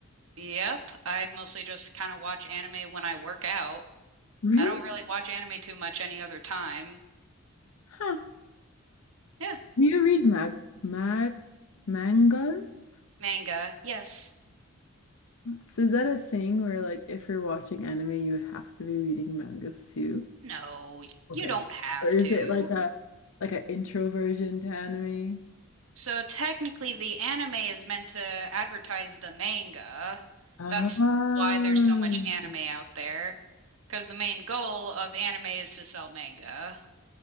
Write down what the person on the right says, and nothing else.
Yep, I mostly just kind of watch anime when I work out.
I don't really watch anime too much any other time.
Yeah,
manga, yes.
No,
you don't have
to.
So technically, the anime is meant to advertise the manga.
That's why there's so much anime out there, because the main goal of anime is to sell manga.